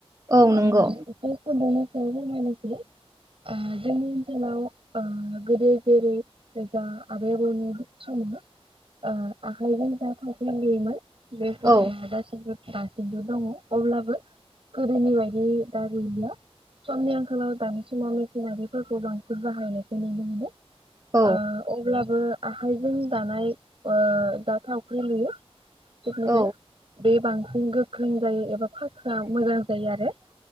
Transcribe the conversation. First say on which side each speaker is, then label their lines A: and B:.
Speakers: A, on the right; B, on the right.
A: औ
B: आंङो
A: नंगौ
B: <unintelligible> दा फोरमायनोसै आ जोंनि ओनसोलाव आ गोदो जेरै जा आबै आबौनि समाव ओ आखाय जा थावख्रि लुयोमोन बे हुदाआया
A: औ
B: दासिमबो दासिमबो दंङ अब्लाबो गोदोनि बायदि दा गैलिया समनि आंखालाव दानि समाव मेसिनारिफोरखौ बांसिन बाहायनायखौ नुनो मोनो।
A: औ
B: ओ अब्लाबो आखाइजों दानाय ओ दा थावख्रि लुयो। <unintelligible>
A: औ
B: बे बां सिन गोख्रों जायो एबा फाखोआ मोजां जायो आरो